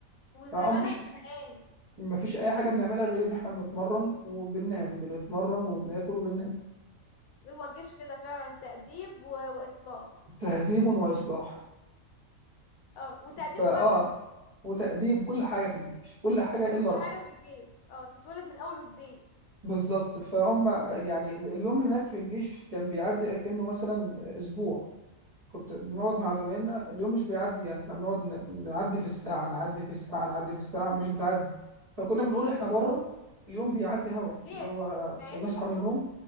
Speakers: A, on the left; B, on the right.
A: وزمانك
B: فأه مفيش
A: زهقان
B: مفيش أي حاجة بنعملها غير إن إحنا بنتمرن وبننام بنتمرن وبناكل وبننام
A: هو الجيش كده فعلا تأديب و... واصلاح
B: تهذيب وإصلاح
A: اه وتأديب
B: فأه
A: برضه
B: وتأديب كل حاجة في الجيش كل حاجة
A: كل
B: إلا راحتك
A: حاجة في الجيش اه تتولد من اول وجديد
B: بالظبط فهم يعني اليوم هناك في الجيش كان بيعدي كأنه مثلا أسبوع كنت بنقعد مع زمايلنا اليوم مش بيعدي يعني احنا بنقعد ن- نعدي في الساعة نعدي في الساعة نعدي في الساعة مش بتعدي فكنا بنقول احنا بره اليوم بيعدي هوا
A: ليه
B: اللي هو
A: مع
B: بنصحى
A: ان انتوا
B: من النوم
A: كنت